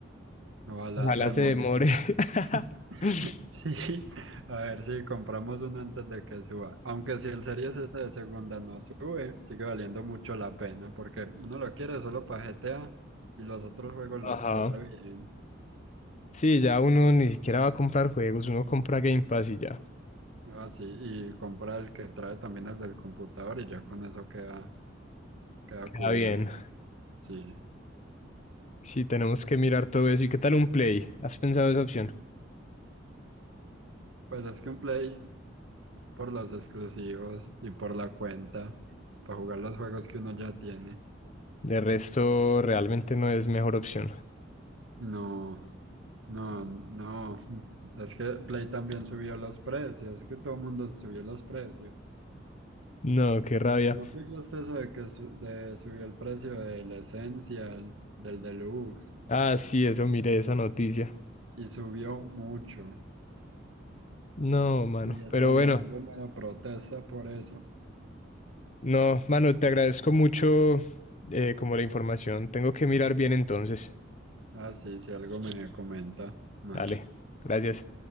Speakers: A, on the right; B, on the left.
A: Ojalá
B: Ojalá
A: se demore.
B: se demore. <laughs>
A: <laughs> Sí, a ver si compramos uno antes de que suba. Aunque si el Series S de segunda no sube, sigue valiendo mucho la pena porque uno lo quiere solo para GTA y los otros juegos los
B: Ajá.
A: corre bien.
B: Sí, ya uno ni siquiera va a comprar juegos, uno compra Game Pass y ya.
A: Ah, sí, y compra el que trae también el del computador y ya con eso queda, queda
B: Queda
A: cubierto.
B: bien.
A: Sí.
B: Sí, tenemos que mirar todo eso. ¿Y qué tal un Play? ¿Has pensado esa opción?
A: Pues es que un Play, por los exclusivos y por la cuenta, para jugar los juegos que uno ya tiene.
B: De resto, realmente no es mejor opción.
A: No, no, no. <laughs> Es que Play también subió los precios, es que todo el mundo subió los precios.
B: No, qué rabia.
A: ¿No aplicaste eso de que su- de subió el precio del Essential, del Deluxe,
B: Ah, sí, eso, miré esa noticia.
A: y subió mucho?
B: No, mano.
A: Y ya están
B: Pero bueno,
A: haciendo una protesta por eso.
B: no, mano, te agradezco mucho eh, como la información. Tengo que mirar bien entonces.
A: Ah, sí, si algo me comenta más.
B: Dale, gracias.